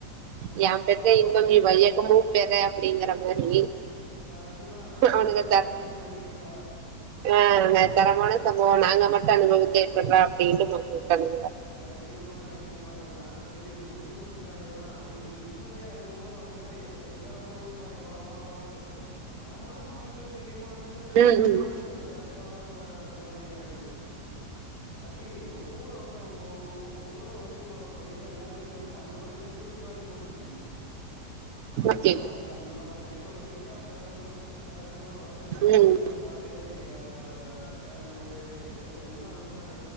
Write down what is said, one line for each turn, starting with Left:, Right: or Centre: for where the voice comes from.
Right: யா பெற்ற
Left: அதோட
Right: இன்பம் நீ வையகமூ பெற அப்படிங்கற மாரி
Left: அதுதா நா
Right: அவனுங்க
Left: பண்றத
Right: தர்
Left: நீங்களு வாங்கிக்கோங்கடா
Right: ஆ தரமான சம்பவம் நாங்க மட்டு அனுபவிச்சா எப்பர்ரா அப்படின்ட்டு மாட்டி உட்டர்னு
Left: கண்டிப்பா கண்டிப்பாங்க நாலா செரி முடிஞ்சு போச்சுடா எல்லா அப்படின் சொல் நிம்மதியா இருக்கும்போது வந்டாய்க அந்த பேரபுல்லா கூப்ட்ருவாய்ங்க வா வா வா வான்னு நம்ம தா மாட்லயே தைரியமா வந்டமே நாங்க
Right: ம்
Left: எதித்லா
Right: ம்
Left: பேசுறோ சார் தேவலாம சொல்வாய்ங்க சார்ன்னு தம்பி உ கூட வந் உ உங்களுக்கு உங்க கூட வண்டிக் போன ஒரு பைய தா எல்லாத்தையு சொல்ட்டான்னோன்னே எங்களுக்கு தூக்கி வாரி போட்டுருச்சு
Right: ஓகே
Left: நாளைக்கு அன்னோட நைட்டோட நைட்டா பேரன்ஸ்சு பேரன்ஸ்சு எல்லா வர சொல்லி
Right: ம்
Left: அடுத்த நாள் காலையில எ அ அந்த சேர்மேனு எச் எம் மு எல்லா வந்துட்டாங்க